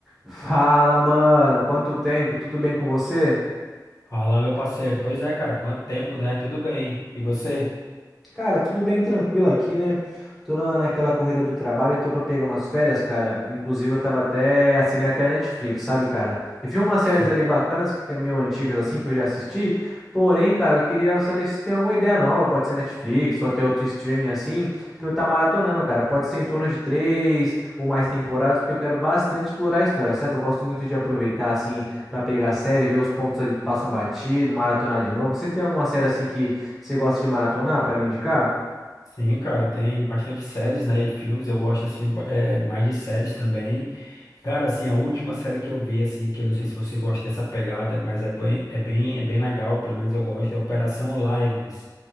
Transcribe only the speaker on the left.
Fala, meu parceiro. Pois é, cara, quanto tempo, né? Tudo bem. E você?
Sim.
Sim, cara, tem bastante séries, né? E filmes, eu gosto, assim, ba- é, mais de séries também. Cara, assim, a última série que eu vi, assim, que eu não sei se você gosta dessa pegada, mas é bem, é bem, é bem legal, pelo menos eu gosto, é Operação Lioness.